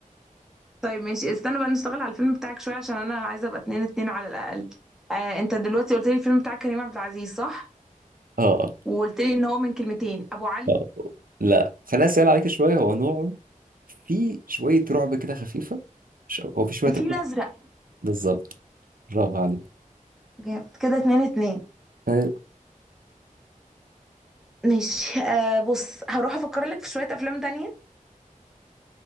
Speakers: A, in the centre; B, on the right (about 85°).
A: طيب ماشي استنى بقى نشتغل على الفيلم بتاعك شويه عشان انا عايزه ابقى اتنين اتنين على الاقل آه انت دلوقتي قلت لي الفيلم بتاع كريم عبد العزيز صح
B: اه
A: وقلت لي ان هو من كلمتين ابو علي
B: آه. لا خليني اسال عليك شويه هو نوعه في شويه رعب كده خفيفه ش- هو في شويه
A: الفيل
B: رعب
A: الازرق
B: بالظبط برافو عليك
A: جامد كده اتنين اتنين
B: طيب،
A: ماشي آه بص هروح افكر لك في شوية افلام تانية